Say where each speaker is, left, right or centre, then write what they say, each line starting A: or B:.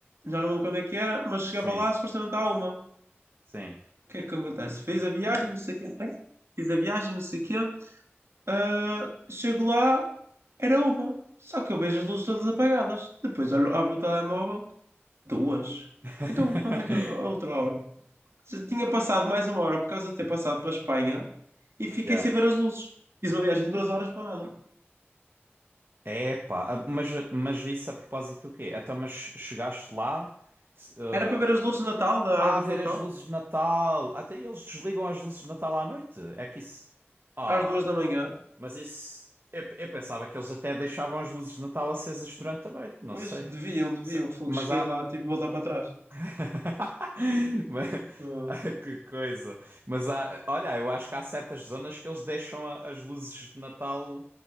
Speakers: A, on the right; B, on the right.
A: já não lembro quando é que era, mas chegava
B: Sim,
A: lá supostamente à uma.
B: sim.
A: O que é que acontece? Fiz a viagem, não sei o quê. Fiz a viagem, não sei o quê. Ah, chego lá, era uma. Só que eu vejo as luzes todas apagadas. Depois olho, abro o telemóvel, duas.
B: <laughs>
A: Então, onde é que é a outra hora? Se tinha passado mais uma hora por causa de ter passado para a Espanha e fiquei
B: Yeah.
A: sem ver as luzes. Fiz uma viagem de duas horas para nada.
B: É, pá, ah, mas, mas isso a propósito do quê? Então, mas chegaste lá, se- eh,
A: Era para ver as luzes de Natal, da
B: ah,
A: árvore
B: a ver
A: de Natal,
B: as luzes de Natal, até eles desligam as luzes de Natal à noite, é que isso... Ah,
A: às duas da manhã.
B: mas isso... Eu, eu pensava que eles até deixavam as luzes de Natal acesas durante a noite, não
A: Pois,
B: sei.
A: deviam, deviam.
B: Se-
A: Fogo,
B: Mas
A: cheguei
B: há...
A: lá, tive que voltar para trás.
B: <laughs> Mas-
A: Fogo.
B: Ah, Que coisa. Mas há... Olha, eu acho que há certas zonas que eles deixam a- as luzes de Natal